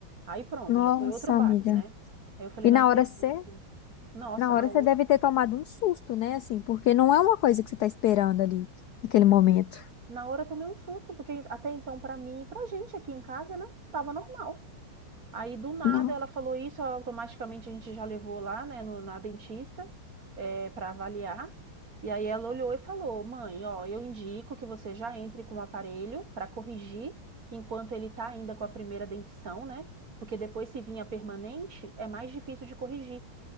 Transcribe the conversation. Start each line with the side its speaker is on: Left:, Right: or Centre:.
Right: Aí pronto,
Left: Nossa,
Right: já foi outro baque,
Left: amiga.
Right: né? Aí eu falei:
Left: E na
Right: Não acredito.
Left: hora você,
Right: Nossa,
Left: na hora
Right: na outra,
Left: você deve ter tomado um susto, né? Assim, porque não é uma coisa que você está esperando ali naquele momento.
Right: na hora eu tomei um susto, porque até então, para mim e pra gente aqui em casa, né, tava normal. Aí do nada
Left: Não.
Right: ela falou isso, automaticamente a gente já levou lá, né, no, na dentista, para avaliar. E aí ela olhou e falou: "Mãe, ó, eu indico que você já entre com o aparelho para corrigir enquanto ele tá ainda com a primeira dentição, né? Porque depois se vinha permanente, é mais difícil de corrigir